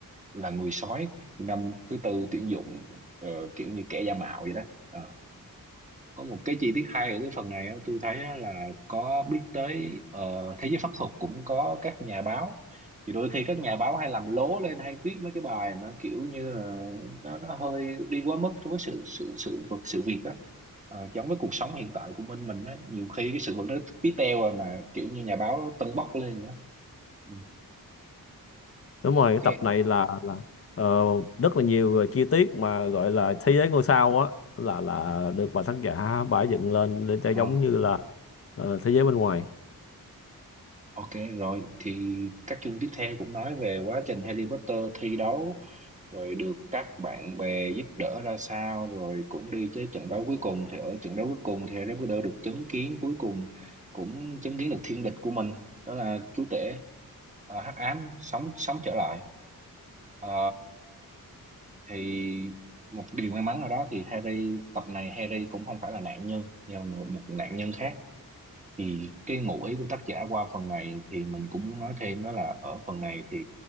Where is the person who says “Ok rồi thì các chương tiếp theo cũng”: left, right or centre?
Right